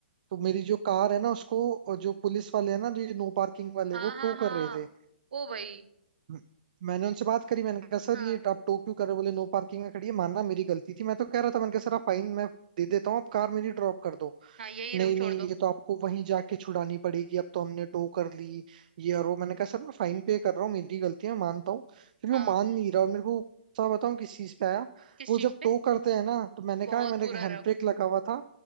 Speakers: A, on the right; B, on the right.
A: तो मेरी जो कार है ना उसको जो पुलिस वाले है ना जो ये नो पार्किंग वाले
B: हाँ
A: वो
B: हाँ
A: टो
B: हाँ
A: कर रहे थे
B: ओ भाई
A: म- मैंने उनसे बात करी मैंने कहा सर
B: हाँ
A: ये आप टोक क्यों कर रहे हो?" बोले नो पार्किंग में खड़ी है मानना मेरी गलती थी मैं तो कह रहा था मैंने कहा सर आप फाइन मैं दे देता हूँ आप कार मेरी ड्रॉप कर दो
B: हाँ यही
A: नहीं
B: रहो
A: नहीं
B: छोड़ दो
A: ये तो आपको वहीं जाके छुड़ानी पड़ेगी अब तो हमने टो कर ली ये और वो मैंने कहा सर मैं फाइन पे कर रहा हूँ मेरी गलती है मैं मानता हूँ फिर
B: हाँ
A: वो मान नहीं रहा और मेरे को गुस्सा बताऊँ किस चीज पे आया
B: किस
A: वो
B: चीज
A: जब
B: पे
A: टो करते हैं ना तो मैंने
B: बहुत
A: कहा मेरे
B: बुरा
A: हैंड
B: रफ
A: ब्रेक लगा हुआ था